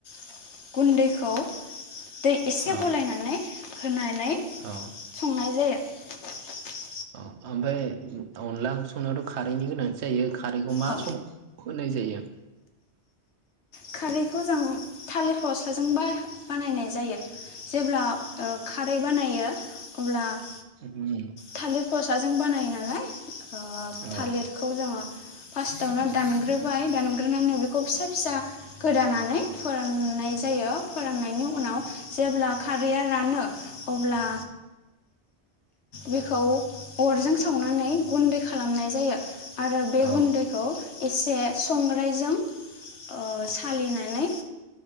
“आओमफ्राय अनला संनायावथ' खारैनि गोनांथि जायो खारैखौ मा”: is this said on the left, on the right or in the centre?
Right